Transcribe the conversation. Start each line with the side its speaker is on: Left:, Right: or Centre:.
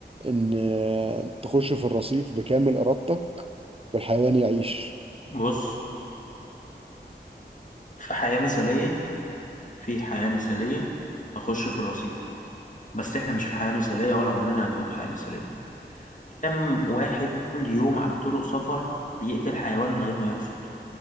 Right: ان آه، تخش في الرصيف بكامل ارادتك والحيوان يعيش
Left: بص في حياة مثالية في حياة مثالية أخش في الرصيف بس إحنا مش في حياة مثالية ولا عمرنا هنبقى في حياة مثالية كم واحد كل يوم على طرق سفر بيقتل حيوان من غير ما يقصد